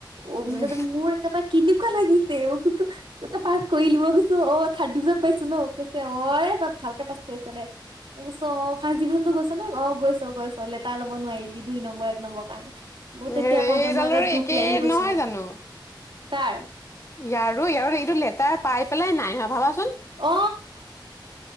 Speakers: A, on the right; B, on the left.
A: অ
B: উম।
A: মানে যে মোৰ একেবাৰে কেনেকুৱা লাগিছে মই কছো পাছ কৰিলি মই কৈছো অ থাৰ্ড ডিভিজন পাইছো ন কৈছে অ ভালকে পাছ কৰিছ দে মই কৈছো অ ফাৰ্ষ্ট ডিভিজনতো গৈছো নে অ গৈছ গৈছ। লেটাৰ ল'ব নোৱাৰিলি দুই নম্বৰ এক নম্বৰ কাৰণে বহত
B: এইডালৰো
A: তেতিয়া কওঁতে মোৰ এটা দুখ
B: একে
A: লাগি গৈছে
B: নহয় জানো
A: কাৰ
B: ইয়াৰো ইয়াৰ এইটো লেটাৰ পাই পেলাই নাই ভাবাচোন
A: অ